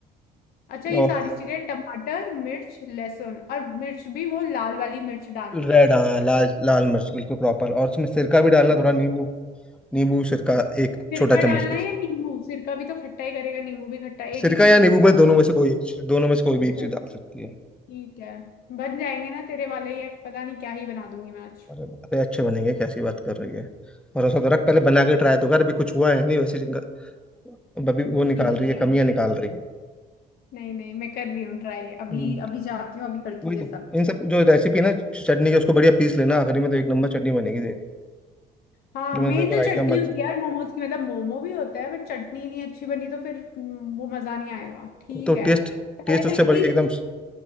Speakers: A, on the left; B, in the centre.
A: अच्छा ये
B: और
A: सारी चीजें टमाटर मिर्च लहसुन और मिर्च भी वो लाल वाली मिर्च डालनी
B: रेड
A: है
B: हाँ लाल लाल मिर्च बिल्कुल प्रॉपर और उसमें सिरका भी डालना
A: तो
B: थोड़ा नींबू नींबू सिरका एक
A: सिरका
B: छोटा चम्मच
A: डालना
B: के
A: है या नींबू सिरका भी तो खट्टा ही करेगा नींबू भी खट्टा
B: सिरका
A: एक ही चीज
B: या नींबू
A: बोलना
B: में
A: क्या
B: दोनों में से कोई एक चीज दोनों में से कोई भी
A: अच्छा
B: एक चीज डाल सकती है
A: ठीक है बन जाएंगे ना तेरे वाले ये पता नहीं क्या ही बना दूंगी मैं आज
B: अरे अबे अच्छे बनेंगे कैसी बात कर रही है भरोसा तो रख पहले बना के ट्राई तो कर अभी कुछ हुआ है नहीं वैसे जिनका अब अभी वो
A: ठीक
B: निकाल रही है
A: है
B: कमियां निकाल रही है
A: नहीं नहीं मैं कर रही हूँ ट्राई अभी
B: हम्म,
A: अभी जाती हूँ अभी करती
B: वही
A: हूँ
B: तो
A: ये सब
B: इन सब जो रेसिपी ना चटनी की उसको बढ़िया पीस लेना आखिरी में तो एक नंबर चटनी बनेगी तेरी
A: हाँ
B: जो
A: मेन
B: मैंने तेरे को
A: तो
B: आइटम
A: चटनी
B: बता
A: होती है यार मोमोज की मतलब मोमो भी होता है बट चटनी नहीं अच्छी बनी तो फिर हम्म, वो मजा नहीं आएगा ठीक
B: तो
A: है
B: टेस्ट
A: पहले
B: टेस्ट उससे
A: बल्कि
B: बढ़- एकदम